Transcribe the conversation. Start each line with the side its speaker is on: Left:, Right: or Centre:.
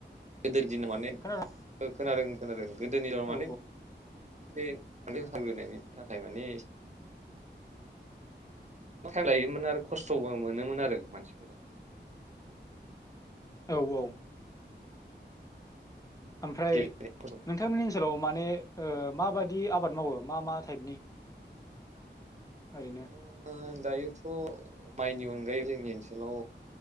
Right: गोदोनि दिनाव माने
Left: खोनादों
Right: खोनादों खोनादों गोदोनिआव माने
Left: औ
Right: बे <inaudible> जों हालएवनायनि थाखाय माने ओ टाइम लायोमोन आरो खस्थ'बो मोनोमोन आरो मानसिफोरा
Left: औ औ ओमफ्राय
Right: खस्थ' मोनो
Left: नोंथांमोननि
Right: आरो
Left: ओनसोलाव माने ओ माबादि आबाद मावो मा मा टाइपनि ओरैनो
Right: ओ दायोथ' माइनि अनगायै जोंनि ओनसोलाव